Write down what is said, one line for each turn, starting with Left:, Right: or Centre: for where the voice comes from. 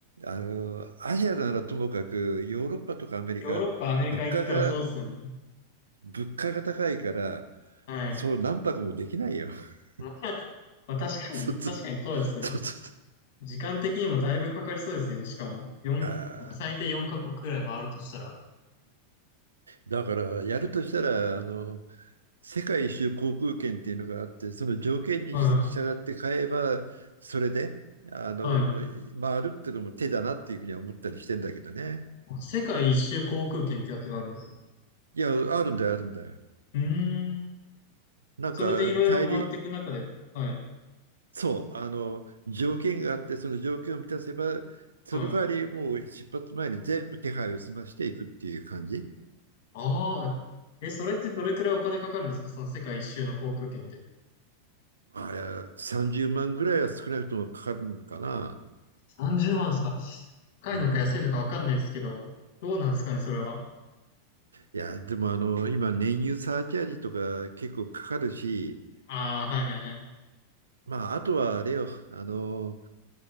Right: あの、アジアならともかく、ヨーロッパとかアメリカ、
Left: ヨーロッパ、アメリカ行ったらそうですよね。
Right: 物価が物価が高いから、
Left: はい。
Right: そう何泊もできないよ。<laughs>
Left: まあ、<laughs> まあ確かに、
Right: そうそう
Left: 確かにそうですね。
Right: そうそ
Left: 時間的にもだいぶかかりそうですよね。しかも、四最低4カ国くらい回るとしたら。
Right: ういやだからやるとしたらあの世界一周航空券っていうのがあってその条件に従って買えばそれであの回るっていうのも手だなっていうふうには思ったりしてんだけどね
Left: はい、はい。世界一周航空券ってやつがあるんですね。
Right: いやあるんだよあるんだよ
Left: うーん。
Right: なんか大陸
Left: それでいろいろ回っていく中で。はい、
Right: そうあの条件があってその条件を満たせばその代わりもう出発前に全部手配を済ましていくっていう感じ
Left: はい。ああ、え、それってどれくらいお金かかるんですかその世界一周の航空券って。
Right: あれ、30万ぐらいは少なくともかかるのかな。
Left: 30万ですか高いのか安いのかわかんないですけど、
Right: うん。
Left: どうなんですかね、それは。
Right: いや、でもあの、今、燃油サーチャージとか結構かかるし、
Left: ああ、はいはいはい。
Right: まあ、あとはあれよ、あの、